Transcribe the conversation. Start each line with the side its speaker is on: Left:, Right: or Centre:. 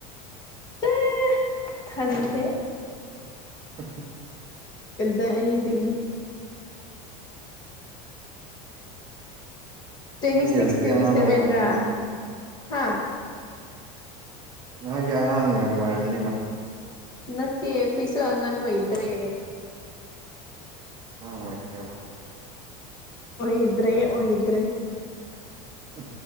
Left: ꯑꯦ ꯊꯖꯂꯦ
Right: <inaudible>
Left: ꯀꯗ ꯍꯗꯗꯒꯤ ꯇ꯭ꯋꯦꯟꯇꯤ
Right: ꯅꯣꯏꯗꯤ
Left: ꯁꯤꯁ
Right: ꯍꯧꯖꯤꯛ
Left: ꯇ꯭ꯋꯦꯟꯇꯤ
Right: ꯑꯉꯥꯡ
Left: ꯁꯚꯦꯟ
Right: ꯑꯣꯏꯔꯕꯅꯤꯅ
Left: ꯔ ꯍꯥ
Right: ꯅꯣꯏꯒꯤ ꯑꯉꯥꯡ ꯑꯣꯏ ꯑꯣꯏꯔꯝꯅꯤꯃ
Left: ꯅꯠꯇꯦ ꯑꯩꯈꯣꯏꯁꯨ ꯑꯉꯟ ꯑꯣꯏꯗ꯭ꯔꯦ
Right: ꯎ ꯎ ꯐꯔ
Left: ꯑꯣꯏꯣꯏꯗ꯭ꯔꯦ ꯑꯣꯏꯗ꯭ꯔꯦ
Right: ꯎ